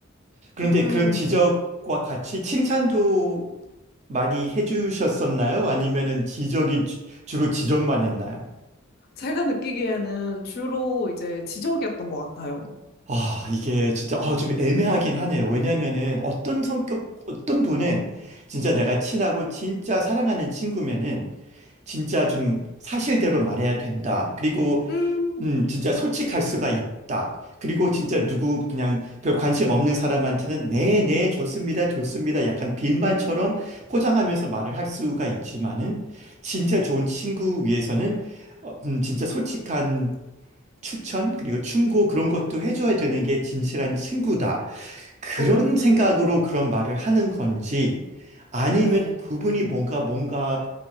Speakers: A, on the right (about 35°); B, on the left (about 50°).
A: 그런데
B: 음,
A: 그런 지적과 같이 칭찬도 많이 해주셨었나요? 아니면은 지적이 주- 주로 지적만 했나요?
B: 제가 느끼기에는 주로 이제 지적이었던 것 같아요.
A: 아, 이게 진짜 아, 좀 애매하긴 하네요. 왜냐면은 어떤 성격, 어떤 분은 진짜 내가 친하고 진짜 사랑하는 친구면은 진짜 좀 사실대로 말해야 된다. 그리고
B: 음,
A: 음, 진짜 솔직할 수가 있다. 그리고 진짜 누구 그냥 별 관심 없는 사람한테는 네, 네, 좋습니다, 좋습니다. 약간 빈말처럼
B: 음,
A: 포장하면서 말을 할 수가 있지만은 진짜 좋은 친구 위해서는 어, 음, 진짜 솔직한 추천 그리고 충고 그런 것도 해줘야 되는 게 진실한 친구다. 그런
B: 오,
A: 생각으로 그런 말을 하는 건지 아니면
B: 네,
A: 그분이 뭔가 뭔가